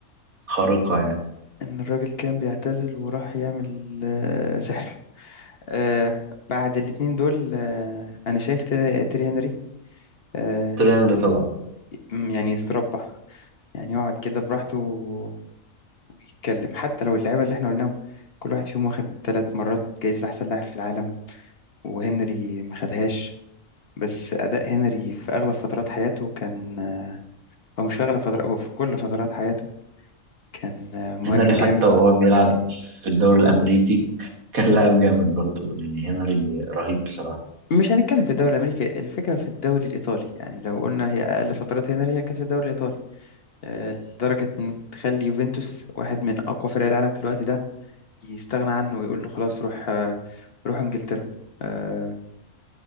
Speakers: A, on the right; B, on the left.
A: خارقة يعني
B: إن الراجل كان بيعتزل وراح يعمل آه، سحر آه، بعد الاتنين دول آه، أنا شايف تيري تيري هنري آه،
A: تيري هنري طبعا
B: م- يعني يستربع يعني يقعد كده براحته و- ويتكلم حتى لو اللعيبة اللي إحنا قلناهم كل واحد فيهم واخد ثلاث مرات جايزة أحسن لاعب في العالم وهنري ما خدهاش بس أداء هنري في أغلب فترات حياته كان آه، هو مش في أغلب فترات هو في كل فترات حياته كان آه، مهاجم
A: هنري حتى
B: جامد
A: وهو بيلعب في الدوري الأمريكي كان لاعب جامد برضه يعني هنري رهيب بصراحة
B: مش هنتكلم في الدوري الامريكي الفكره في الدوري الايطالي يعني لو قلنا هي اقل فترات هنري هي كانت في الدوري الايطالي آه، لدرجه ان تخلي يوفنتوس واحد من اقوى فرق العالم في الوقت ده يستغنى عنه ويقول له خلاص روح آه، روح انجلترا آه،